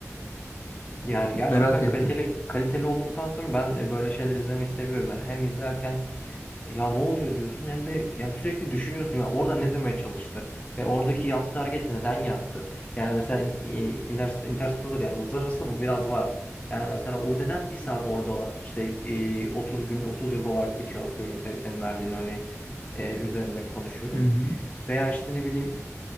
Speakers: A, on the left; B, on the left.
A: Yani gerçekten
B: Merak ettim.
A: kaliteli kaliteli olduktan sonra ben e, böyle şeyler izlemeyi seviyorum. Yani hem izlerken "E, ya ne oluyor diyorsun hem de ya sürekli düşünüyorsun ya orada ne demeye çalıştı ve oradaki yaptığı hareketi neden yaptı? Yani mesela e, Interst- Interstellar yani yıldızlar arasında bu biraz var. Yani mesela o neden bir saat orada işte e, 30 gün 30 yıl olarak geçiyor atıyorum te- senin verdiğin örneği e, üzerine konuşuyorum.
B: Hı hı.
A: Veya işte ne bileyim